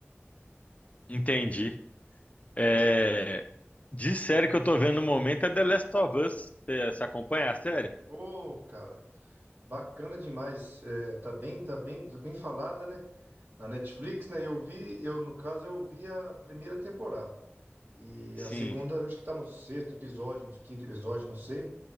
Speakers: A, on the left; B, on the right.
A: entendi. É, de série que eu tô vendo no momento é The Last of Us. Você, você acompanha a série?
B: Ô, cara, bacana demais. É, tá bem, tá bem, tá bem falada, né? Na Netflix, né? Eu vi, eu no caso, eu vi a primeira temporada. E
A: Sim,
B: a segunda, eu acho que tá no sexto episódio, no quinto episódio, não sei.